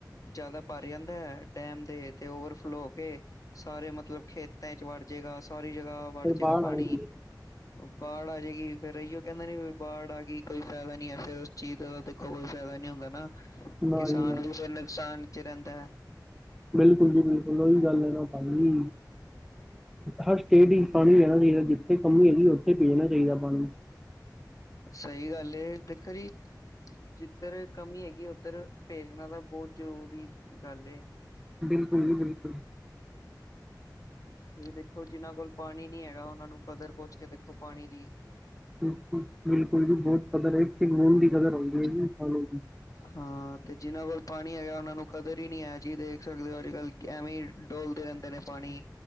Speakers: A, on the left (about 50°); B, in the centre.
A: ਜ਼ਿਆਦਾ ਭਰ ਜਾਂਦਾ ਐ, ਡੈਮ ਦੇ ਤੇ ਓਵਰਫਲੋ ਹੋ ਕੇ ਸਾਰੇ ਮਤਲਬ ਖੇਤਾਂ ਚ ਵੜ ਜੇਗਾ, ਸਾਰੀ ਜਗ੍ਹਾ
B: ਫਿਰ
A: ਵੜ ਜਾਏਗਾ
B: ਬਾਹਰ ਆ
A: ਪਾਣੀ
B: ਜਾਂਦੇ
A: ਬਾੜ ਆ ਜਾਏਗੀ, ਫੇਰ ਇਹੀਓ ਕਹਿੰਦੇ ਨੀ ਵੀ ਬਾੜ ਆ ਗਈ। ਕੋਈ ਫਾਇਦਾ ਨੀ ਐ, ਫਿਰ ਉਸ ਚੀਜ਼ ਦਾ ਦੇਖੋ, ਕੋਈ ਫਾਇਦਾ ਨੀ ਹੁੰਦਾ ਨਾ,
B: ਨਾ
A: ਕਿਸਾਨ
B: ਜੀ ਨਾ
A: ਨੂੰ ਵੀ ਫਿਰ ਨੁਕਸਾਨ ਵਿਚ ਰਹਿੰਦਾ।
B: ਬਿਲਕੁਲ ਜੀ ਬਿਲਕੁਲ, ਓਹੀ ਗੱਲ ਹੈ ਨਾ ਸਾਰੀ। ਹਰ ਸਟੇਟ ਵਿੱਚ ਪਾਣੀ ਪਹਿਣਾ ਚਾਹੀਦਾ, ਜਿੱਥੇ ਕਮੀ ਆਦੀ ਉੱਥੇ ਪ਼ਭੇਜਣਾ ਚਾਹੀਦਾ ਪਾਣੀ।
A: ਸਹੀ ਗੱਲ ਏ ਤੇ ਕਈ ਜਿੱਧਰ ਕਮੀ ਹੈਗੀ, ਉੱਧਰ ਭੇਜਣਾ ਤਾਂ ਬਹੁਤ ਜ਼ਰੂਰੀ ਗੱਲ ਏ।
B: ਬਿਲਕੁਲ ਜੀ ਬਿਲਕੁਲ।
A: ਵੀ ਦੇਖੋ ਜਿਨਾਂ ਕੋਲ ਪਾਣੀ ਨੀ ਹੈਗਾ ਉਹਨਾਂ ਨੂੰ ਕਦਰ ਪੁੱਛ ਕੇ ਦੇਖੋ ਪਾਣੀ ਦੀ।
B: ਬਿਲਕੁਲ-ਬਿਲਕੁਲ ਵੀ ਬਹੁਤ ਕਦਰ ਹੈ ਇਕ-ਇਕ ਬੂੰਦ ਦੀ ਕਦਰ ਹੁੰਦੀ ਹੈ ਪਾਣੀ ਦੀ।
A: ਹਾਂ, ਤੇ ਜਿਨਾਂ ਵਲ ਪਾਣੀ ਹੈਗਾ ਉਨਾਂ ਨੂੰ ਕਦਰ ਹੀ ਨੀ ਹੈ ਜੀ ਦੇਖ ਸਕਦੇ ਹੋ ਅੱਜ-ਕੱਲ੍ਹ ਐਵੇਂ ਹੀ ਡੋਲਦੇ ਰਹਿੰਦੇ ਨੇ ਪਾਣੀ।